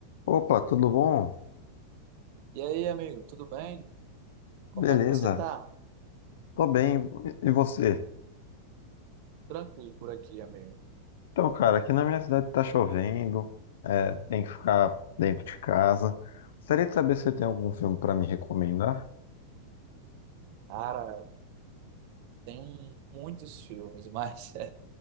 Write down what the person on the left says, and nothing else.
Opa, tudo bom?
Beleza,
tô bem. E e você?
Então, cara, aqui na minha cidade tá chovendo, é, tem que ficar dentro de casa. Gostaria de saber se você tem algum filme pra me recomendar.